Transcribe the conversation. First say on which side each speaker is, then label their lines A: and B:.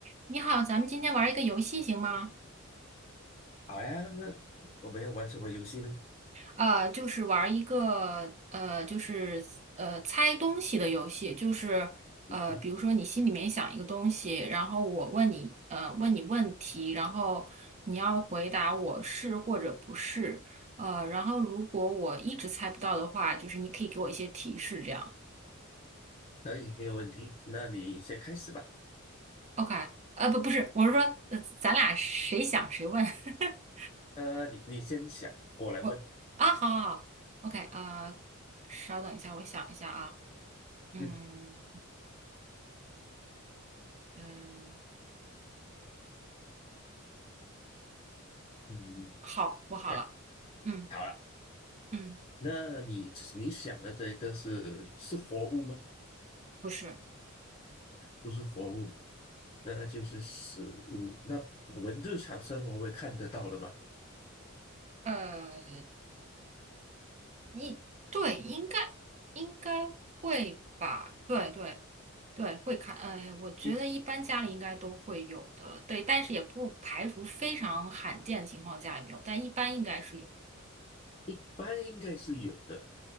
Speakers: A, on the right; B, on the left.
A: 你好，咱们今天玩一个游戏行吗？
B: 好呀，那我们要玩什么游戏呢？
A: 呃，就是玩一个呃，就是呃猜东西的游戏，就是呃，
B: 嗯，
A: 比如说你心里面想一个东西，然后我问你呃问你问题，然后你要回答我是或者不是，呃，然后如果我一直猜不到的话，就是你可以给我一些提示，这样。
B: 可以，没有问题。那你先开始吧。
A: OK，呃，不不是，我是说，呃，咱俩谁想谁问。<laughs>
B: 呃，你你先想，我来问。
A: 我啊，好好好，OK，呃，稍等一下，我想一下啊。嗯
B: 嗯
A: 嗯，
B: 嗯，
A: 好，我好了。
B: 想
A: 嗯
B: 好了。
A: 嗯，
B: 那你你想的这一个是是活物吗？
A: 不是，
B: 不是活物，那就是食物。那我们日常生活会看得到的吗？
A: 呃，一对，应该应该会吧？对对对，会看。呃，我觉得一般家里应该都会有的，
B: 一
A: 对，但是也不排除非常罕见的情况家里没有，但一般应该是有。
B: 一般应该是有的。